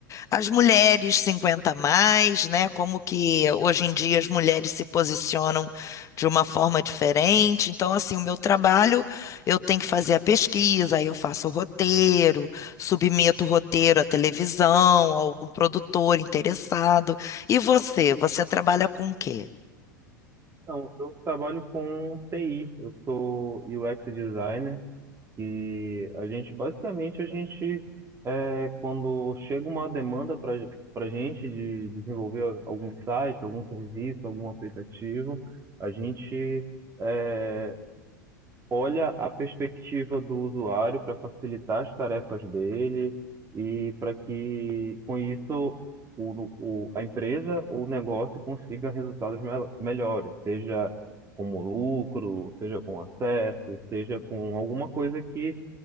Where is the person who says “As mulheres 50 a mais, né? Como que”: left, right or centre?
Left